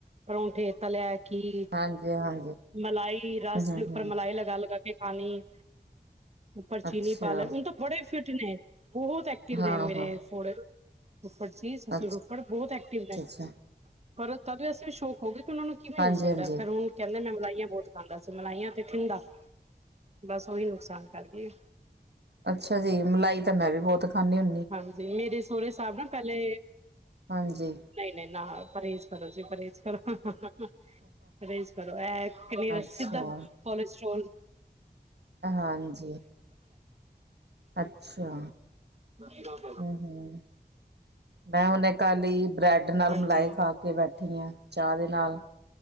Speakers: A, on the right (about 40°); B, on the right (about 75°).
A: ਪਰੌਠੇ, ਤਲੇਆ ਖੀਰ,
B: ਹਾਂਜੀ, ਹਾਂਜੀ,
A: ਮਲਾਈ ਰਸ
B: ਹੂੰ, ਹੂੰ,
A: ਦੇ ਉੱਪਰ
B: ਹੂੰ,
A: ਮਲਾਈ ਲਗਾ-ਲਗਾ ਕੇ ਖਾਣੀ। ਉੱਪਰ
B: ਅੱਛਾ
A: ਚੀਨੀ ਪਾ ਲੈਨੀ, ਉ ਓ ਤਾਂ ਬੜੇ ਫਿਟ ਨੇ, ਬਹੋਤ ਐਕਟਿਵ
B: ਹਾਂ,
A: ਨੇ ਮੇਰੇ
B: ਹਾਂ
A: ਫੋੜੇ ਫੁਫੜ ਜੀ ਸਸੂਰ
B: ਅੱਛਾ।
A: ਫੁਫੜ ਬੌਤ ਐਕਟਿਵ ਨੇ,
B: ਅੱਛਾ, ਅੱਛਾ
A: ਪਰ ਤਦ ਵੀ ਵੈਸੇ ਵੀ ਸ਼ੌਕ ਹੋ ਗੇ ਕਿ ਓਨਾਂ ਨੂੰ ਕਿਵੇਂ
B: ਹਾਂਜੀ,
A: ਹੋ ਸਕਦੈ,
B: ਹਾਂਜੀ।
A: ਫੇਰ ਹੁਨ ਕੈਂਦੇ ਮੈਂ ਮਲਾਈਆਂ ਬੌਤ ਖਾਂਦਾ ਸੀ, ਮਲਾਈਆਂ ਤੇ ਠੰਡਾ। ਬਸ, ਓਈ ਨੁਕਸਾਨ ਕਰਗੇ।
B: ਅੱਛਾ ਜੀ, ਮਲਾਈ ਤਾਂ ਮੈਂ ਵੀ ਬੌਤ ਖਾਂਦੀ ਆਂ।
A: ਹਾਂਜੀ, ਮੇਰੀ ਸੋਰੇ ਸਾਬ ਨਾ ਪੈਲੇ
B: ਹਾਂਜੀ।
A: ਨਈ-ਨਈ ਨਾ ਪਰਹੇਜ ਕਰੋ ਜੀ, ਪਰਹੇਜ ਕਰੋ। ਪਰੇਜ ਕਰੋ, ਐ ਕਿੰਨੀ ਰ
B: ਅੱਛਾ
A: ਸਿਦਾ ਕੋਲੇਸਟਰੋਲ
B: ਹਾਂਜੀ, ਅੱਛਾ।
A: <unintelligible>
B: ਹੂੰ-ਹੂੰ। ਮੈਂ ਹੁੰਨੇ ਕੱਲ ਈ ਬ੍ਰੈਡ ਨਾਲ
A: ਹਾਂਜੀ
B: ਮਲਾਈ ਖਾ ਕੇ ਬੈਠੀ ਆਂ, ਚਾਅ ਦੇ ਨਾਲ।